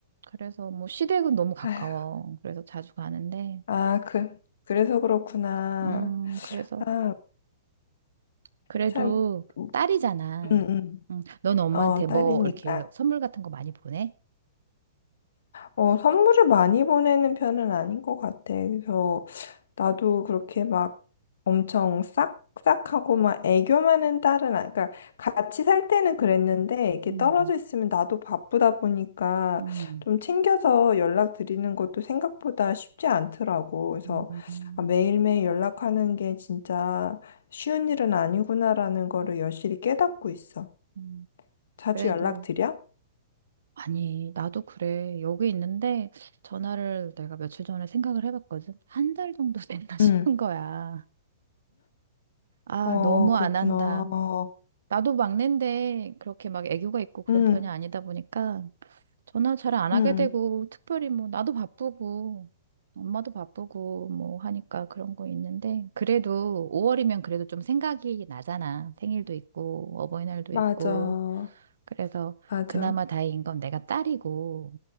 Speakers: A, on the right; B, on the left.
A: 그래서 뭐 시댁은 너무 가까워.
B: 아휴,
A: 그래서 자주 가는데.
B: 아, 그, 그래서 그렇구나.
A: 음, 그래서
B: 아,
A: 그래도
B: 참, 음,
A: 딸이잖아.
B: 음.
A: 음, 넌 엄마한테
B: 어, 딸이니까.
A: 뭐 이렇게 선물 같은 거 많이 보내?
B: 어, 선물을 많이 보내는 편은 아닌 것 같아. 그래서 나도 그렇게 막 엄청 싹싹하고 막 애교 많은 딸은 아니, 그러니까 같이 살 때는 그랬는데 이렇게
A: 음,
B: 떨어져 있으면 나도 바쁘다 보니까
A: 음,
B: 좀 챙겨서 연락 드리는 것도 생각보다 쉽지 않더라고. 그래서
A: 음,
B: 아, 매일매일 연락하는 게 진짜 쉬운 일은 아니구나라는 거를 여실히 깨닫고 있어.
A: 음.
B: 자주
A: 그래도
B: 연락 드려?
A: 아니, 나도 그래. 여기 있는데 전화를 내가 며칠 전에 생각을 해봤거든. 한 달 정도 <laughs> 됐나 싶은
B: 응.
A: 거야. 아,
B: 어,
A: 너무
B: 그렇구나.
A: 안 한다.
B: 어,
A: 나도 막내인데 그렇게 막 애교가 있고 그런
B: 응.
A: 편이 아니다 보니까 전화 잘 안 하게
B: 응,
A: 되고, 특별히 뭐, 나도 바쁘고, 엄마도 바쁘고, 뭐, 하니까 그런 거 있는데, 그래도 5월이면 그래도 좀 생각이 나잖아. 생일도 있고, 어버이날도
B: 맞아,
A: 있고. 그래서
B: 맞아.
A: 그나마 다행인 건 내가 딸이고,